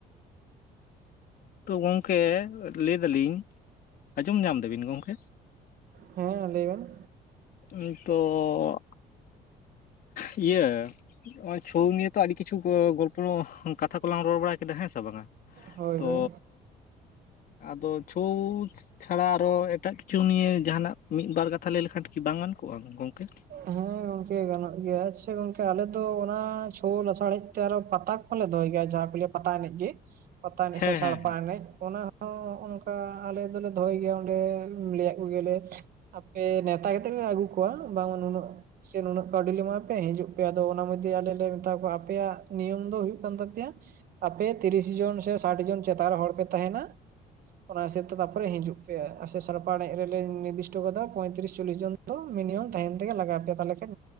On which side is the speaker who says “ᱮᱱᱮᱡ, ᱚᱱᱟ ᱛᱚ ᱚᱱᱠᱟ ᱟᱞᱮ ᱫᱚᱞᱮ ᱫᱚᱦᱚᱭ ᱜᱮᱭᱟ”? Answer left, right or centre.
Right